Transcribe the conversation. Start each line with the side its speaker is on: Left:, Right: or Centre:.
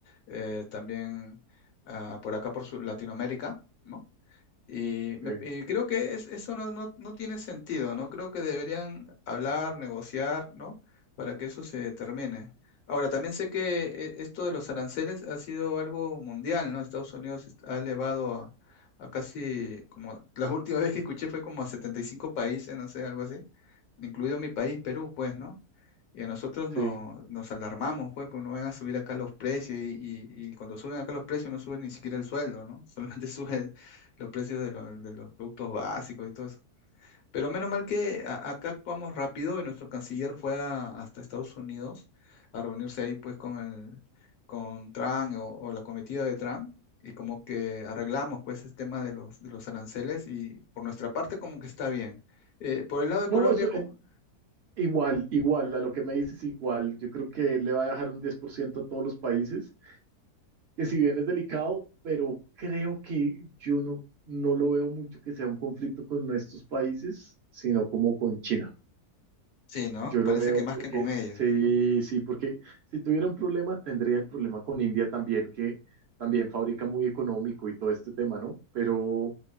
Left: eh, también ah, por acá, por su- Latinoamérica, ¿no? Y, me-
Right: Sí,
Left: y creo que es- eso no, no, no tiene sentido, ¿no? Creo que deberían hablar, negociar, ¿no? Para que eso se termine. Ahora, también sé que eh, esto de los aranceles ha sido algo mundial, ¿no? Estados Unidos est- ha elevado a, a casi, como <laughs> la última vez que escuché fue como a 75 países, no sé, algo así, incluido mi país, Perú, pues, ¿no? Y a nosotros no,
Right: sí.
Left: nos alarmamos, pues, porque no van a subir acá los precios y, y- y cuando suben acá los precios no suben ni siquiera el sueldo, ¿no? Solamente <laughs> sube los precios de, lo- de los productos básicos y todo eso. Pero menos mal que a- acá actuamos rápido y nuestro canciller fue a- hasta Estados Unidos a reunirse ahí pues con el con Trump o, o la comitiva de Trump y como que arreglamos pues el tema de los de los aranceles y por nuestra parte como que está bien. Eh, por el lado de
Right: No,
Left: Colombia,
Right: eso
Left: con-
Right: en- igual, igual, a lo que me dices igual, yo creo que le va a dejar un 10% a todos los países que si bien es delicado, pero creo que yo no, no lo veo mucho que sea un conflicto con estos países, sino como con China.
Left: sí, ¿no?
Right: Yo
Left: Parece
Right: lo veo
Left: que más
Right: porque,
Left: que con ellos,
Right: sí,
Left: ¿no?
Right: sí, porque si tuviera un problema, tendría el problema con India también, que también fabrica muy económico y todo este tema, ¿no? Pero,